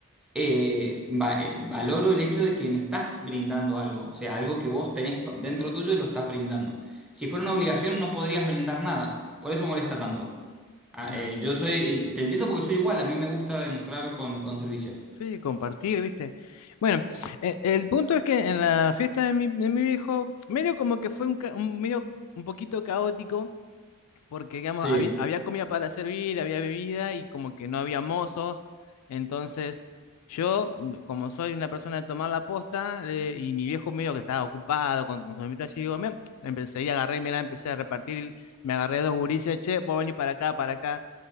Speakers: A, in the centre; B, on the left.
A: eh, va- eh, valoro el hecho de que me estás brindando algo, o sea, algo que vos tenés pa- dentro tuyo y lo estás brindando. Si fuera una obligación, no podrías brindar nada, por eso molesta tanto. Ah,
B: claro,
A: eh, yo soy, eh, te entiendo porque soy igual, a mí me gusta demostrar con, con servicios.
B: sí, compartir, ¿viste? Bueno, e- el, punto es que en la fiesta de mi, de mi viejo, medio como que fue un, ca- un medio un poquito caótico porque digamos,
A: Sí,
B: había, había comida para servir, había bebida y como que no había mozos. Entonces, yo, mm, como soy una persona de tomar la posta, le- y mi viejo medio que estaba ocupado con, con su mamita allí, digo, "Mira", empecé y agarré, mira, empecé a repartir, me agarré dos gurises, che, vos venís para acá, para acá.